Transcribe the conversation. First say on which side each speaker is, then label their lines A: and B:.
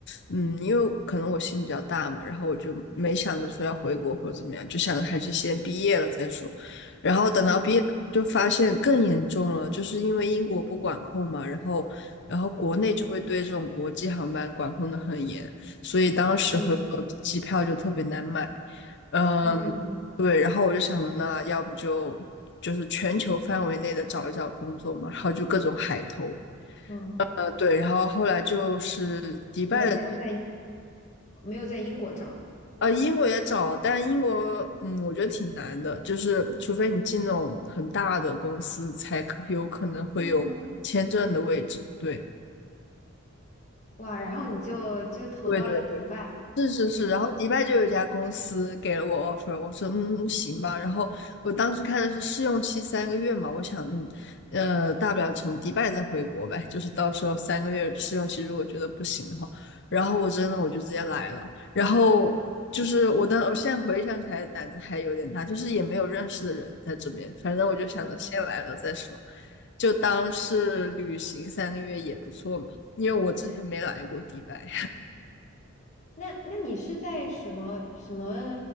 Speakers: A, on the left; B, on the left.
A: 嗯，因为可能我心比较大嘛，然后我就没想着说要回国或者怎么样，就想着还是先毕业了再说。然后等到毕业就发现更严重了，
B: 嗯
A: 就是因为英国不管控嘛，然后然后国内就会对这种国际航班管控的很严，
B: 嗯
A: 所以当时回国机票就特别难买。
B: 嗯
A: 嗯，
B: 嗯，
A: 对，然后我就想着那要不就就是全球范围内的找一找工作嘛，然后就各种海投。
B: 哦，
A: 呃，对，然后后来就是迪拜的，
B: 我们没有在英没有在英国找你。
A: 呃，英国也找，但英国，嗯，我觉得挺难的，就是除非你进那种很大的公司，才可有可能会有签证的位置。
B: 哦，
A: 对，
B: 哇，然后你就就投到了迪拜。
A: 对对对。是是是，然后迪拜就有一家公司给了我 offer，我说嗯嗯行吧，然后我当时看的是试用期三个月嘛，我想嗯呃大不了从迪拜再回国呗，就是到时候三个月试用期如果觉得不行的话，然后我真的我就直接来了，然后就是我当我现在回想起来胆子还有点大，就是也没有认识的人在这边，反正我就想着先来了再说，
B: 嗯。
A: 就当是旅行三个月也不错嘛，因为我之前没来过迪拜。
B: 那那你是在什么什么